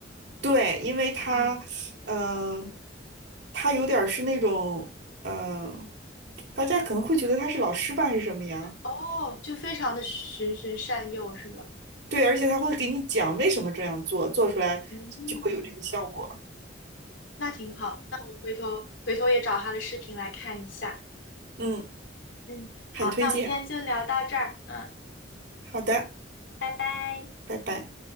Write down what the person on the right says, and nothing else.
对，因为他，
嗯，他有点儿是那种，嗯，大家可能会觉得他是老师吧，还是什么呀？
对，而且他会给你讲为什么这样做，做出来就会有这个效果。
嗯，
很推荐。
好的，
拜拜。